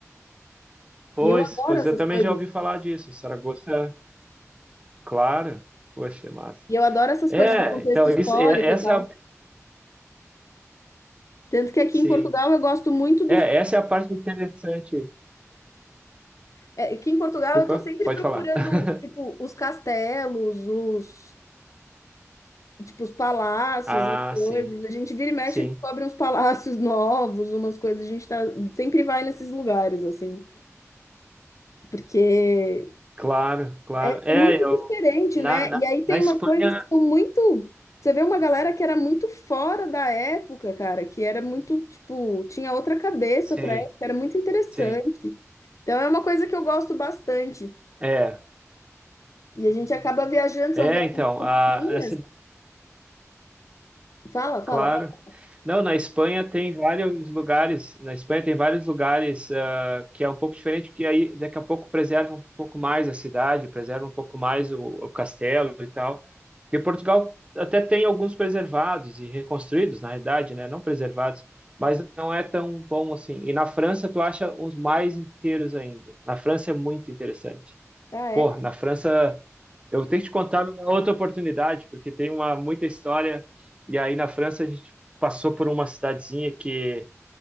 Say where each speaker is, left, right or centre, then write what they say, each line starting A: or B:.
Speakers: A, on the right; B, on the left.
A: Pois,
B: E eu adoro
A: pois
B: essas
A: eu também
B: coisas.
A: já ouvi
B: é,
A: falar disso. Saragossa, claro. Poxa, massa.
B: E eu adoro essas
A: É,
B: coisas de contexto
A: então
B: histórico
A: isso, é- essa
B: e tal.
A: é a,
B: Tanto que aqui
A: sim.
B: em Portugal eu gosto muito dos.
A: É, essa é a parte interessante.
B: É, aqui em Portugal
A: Desculpa,
B: eu estou sempre
A: pode
B: procurando,
A: falar. <laughs>
B: tipo, os castelos, os. Tipo, os palácios,
A: Ah,
B: as coisas.
A: sim.
B: A gente vira e mexe
A: Sim.
B: e descobre uns palácios <laughs> novos, umas coisas. A gente tá, sempre vai nesses lugares, assim. Porque.
A: Claro, claro.
B: É
A: É,
B: muito
A: eu
B: diferente,
A: na,
B: né?
A: na,
B: E aí tem
A: na Espanha,
B: uma coisa que ficou muito. Você vê uma galera que era muito fora da época, cara, que era muito, tipo, tinha outra cabeça
A: sim,
B: pra época, era muito interessante.
A: sim.
B: Então é uma coisa que eu gosto bastante.
A: É.
B: E a gente acaba viajando,
A: É,
B: são viagens
A: então,
B: curtinhas.
A: a, a
B: Fala, fala,
A: Claro.
B: fala.
A: Não, na Espanha tem vários lugares, na Espanha tem vários lugares ah, que é um pouco diferente, que aí daqui a pouco preserva um pouco mais a cidade, preserva um pouco mais o, o castelo e tal. E Portugal até tem alguns preservados e reconstruídos, na realidade, né? Não preservados, mas não é tão bom assim. E na França tu acha uns mais inteiros ainda. Na França é muito interessante.
B: Ah,
A: Pô,
B: é.
A: na França, eu tenho que te contar uma outra oportunidade, porque tem uma muita história. E aí na França a gente passou por uma cidadezinha que